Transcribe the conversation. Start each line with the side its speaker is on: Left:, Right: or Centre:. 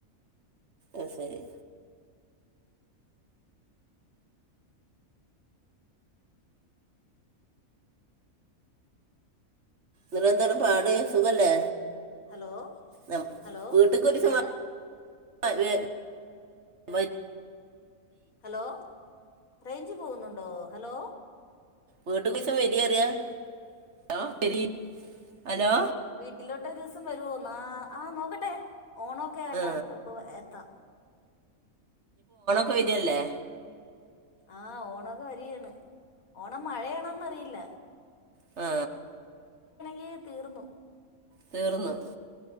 Right: അ സെരി നിറന്തരം പാടെ സുഖല്ലേ
Left: ഹലോ
Right: നം
Left: ഹലോ
Right: വീട്ട്കൊരുസം
Left: എന്താണ്
Right: വാ <unintelligible>
Left: ഹലോ റേഞ്ച് പോകുന്നുണ്ടോ ഹലോ
Right: വീട്ട്കൊസം വെരിയറിയാ <unintelligible> അലോ
Left: വീട്ടിലോട്ടൊരുദുസം വരുവോ ന്നാ ആ നോക്കട്ടെ ഓണൊക്കെ ആകട്ടെ
Right: ആ
Left: അപ്പൊ എത്താം
Right: കൊയ്തയല്ലേ
Left: ആ ഓണൊക്കെ വരിയാണ് ഓണം മഴയാണോന്ന്റിയില്ല
Right: ആ
Left: യ്യെ തീറ്ന്നു
Right: തീർന്നു